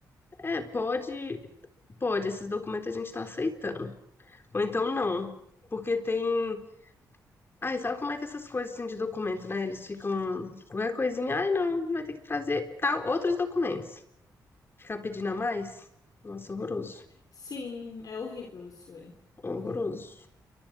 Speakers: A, on the left; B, on the left.
A: É, pode, pode, esses documentos a gente tá aceitando. Ou então não. Porque tem. Ai, sabe como é que essas coisas assim de documento, né? Eles ficam. Qualquer coisinha, ai, não, vai ter que trazer tal, outros documentos. Ficar pedindo a mais? Nossa, horroroso.
B: Sim, é horrível isso aí.
A: Horroroso.
B: Horrível.